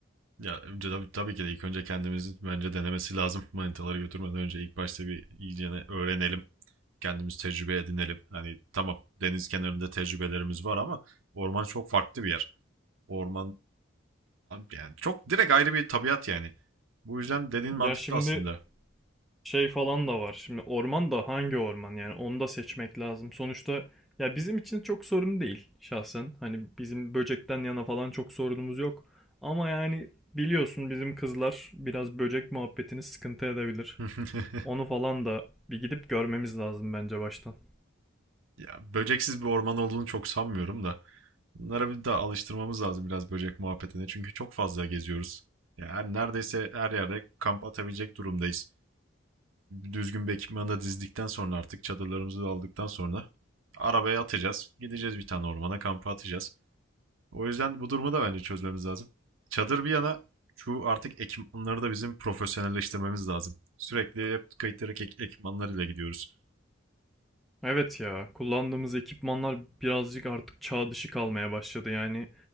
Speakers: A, on the right; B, in the centre.
A: Ya önce tabii, tabii ki de ilk önce kendimizin bence denemesi lazım. <laughs> Manitaları götürmeden önce ilk başta bir iyicene öğrenelim. Kendimiz tecrübe edinelim. Hani tamam deniz kenarında tecrübelerimiz var ama orman çok farklı bir yer. Orman yani çok direkt ayrı bir tabiat yani. Bu yüzden dediğin mantıklı
B: Ya şimdi
A: aslında.
B: şey falan da var. Şimdi orman da hangi orman yani onu da seçmek lazım. Sonuçta ya bizim için çok sorun değil şahsen. Hani bizim böcekten yana falan çok sorunumuz yok. Ama yani biliyorsun bizim kızlar biraz böcek muhabbetini sıkıntı edebilir.
A: <laughs>
B: Onu falan da bir gidip görmemiz lazım bence baştan.
A: Ya böceksiz bir orman olduğunu çok sanmıyorum da. Bunlara bir daha alıştırmamız lazım biraz böcek muhabbetine. Çünkü çok fazla geziyoruz. Yani neredeyse her yerde kamp atabilecek durumdayız. Düzgün bir ekipmanı da dizdikten sonra artık çadırlarımızı da aldıktan sonra arabaya atacağız. Gideceğiz bir tane ormana kampa atacağız. O yüzden bu durumu da bence çözmemiz lazım. Çadır bir yana şu artık ekipmanları da bizim profesyonelleştirmemiz lazım. Sürekli hep kayıtları ek ekipmanlarıyla gidiyoruz.
B: Evet ya, kullandığımız ekipmanlar birazcık artık çağ dışı kalmaya başladı. Yani